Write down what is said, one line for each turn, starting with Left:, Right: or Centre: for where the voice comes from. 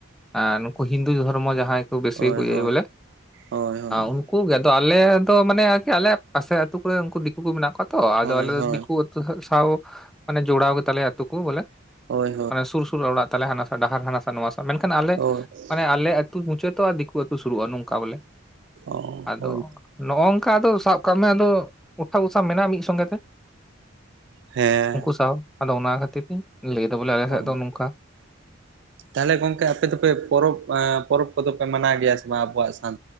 Centre: ᱟᱸ ᱱᱩᱱᱠᱩ ᱦᱤᱱᱫᱩ ᱫᱷᱚᱨᱢᱚ ᱡᱟᱦᱟᱸᱭ ᱠᱚ ᱵᱮᱥᱤ
Right: ᱦᱳᱭ
Centre: ᱠᱚ ᱤᱭᱟᱭᱟ
Right: ᱦᱳᱭ
Centre: ᱵᱚᱞᱮ,
Right: ᱦᱳᱭ ᱦᱳᱭ
Centre: ᱩᱱᱠᱩ ᱠᱩ ᱜᱮ ᱟᱫᱚ ᱟᱞᱮᱫᱚ ᱢᱟᱱᱮ ᱟᱨᱠᱤ ᱟᱞᱮ ᱯᱟᱥᱮ ᱟᱹᱛᱩ ᱠᱚᱨᱮ ᱩᱱᱠᱩ ᱫᱤᱠᱩ ᱠᱚ ᱢᱮᱱᱟᱜ ᱠᱚᱣᱟ ᱛᱚ ᱟᱫᱚ
Right: ᱦᱳᱭ
Centre: ᱟᱞᱮᱫᱚ
Right: ᱦᱳᱭ
Centre: ᱫᱤᱠᱩ ᱟᱹᱛᱩ ᱥᱟᱣ ᱢᱟᱱᱮ ᱡᱳᱲᱟᱣ ᱜᱮᱛᱟᱞᱮᱭᱟ ᱟᱛᱩ ᱠᱩ ᱵᱚᱞᱮ,
Right: ᱦᱳᱭ ᱦᱳᱭ
Centre: ᱢᱟᱱᱮ ᱥᱩᱨᱼᱥᱩᱨ ᱚᱲᱟᱜ ᱛᱟᱞᱮ ᱦᱟᱱᱟ ᱰᱟᱦᱟᱨ ᱦᱟᱱᱟᱥᱟ ᱱᱚᱣᱟᱥᱟ ᱢᱮᱱᱠᱷᱟᱱ ᱟᱞᱮ
Right: ᱦᱳᱭ
Centre: ᱢᱟᱱᱮ ᱟᱞᱮ ᱟᱹᱛᱩ ᱟᱹᱛᱩ ᱢᱩᱪᱟᱹᱫᱚᱜᱼᱟ, ᱫᱤᱠᱩ ᱟᱹᱛᱩ ᱥᱩᱨᱩᱜᱼᱟ, ᱱᱚᱝᱠᱟ ᱵᱚᱞᱮ
Right: ᱚ
Centre: ᱟᱫᱚ
Right: ᱦᱳᱭ
Centre: ᱱᱚ ᱚᱱᱠᱟ ᱟᱫᱚ ᱥᱟᱵ ᱠᱟᱜ ᱢᱮ ᱟᱫᱚ ᱳᱴᱷᱟᱵᱚᱥᱟ ᱢᱮᱱᱟᱜᱼᱟ ᱢᱤᱜ ᱥᱚᱸᱜᱮ ᱛᱮ
Right: ᱦᱮᱸ
Centre: ᱩᱱᱠᱩ ᱥᱟᱶ ᱟᱫᱚ ᱚᱱᱟ ᱠᱷᱟᱹᱛᱤᱨ ᱛᱤᱧ ᱞᱟᱹᱭᱫᱟ ᱵᱚᱞᱮ ᱟᱞᱮ ᱥᱮᱜ
Right: ᱚ
Centre: ᱫᱚ ᱱᱚᱝᱠᱟ᱾
Right: ᱛᱟᱦᱚᱞᱮ ᱜᱚᱝᱠᱮ ᱟᱯᱮ ᱫᱚᱯᱮ ᱯᱚᱨᱚᱵᱽ ᱮᱸ ᱯᱚᱨᱚᱵᱽ ᱠᱚᱫᱚ ᱯᱮ ᱢᱟᱱᱟᱣ ᱜᱮᱭᱟ ᱥᱮ ᱵᱟᱝ ᱟᱵᱚᱣᱟᱜ ᱥᱟᱱ?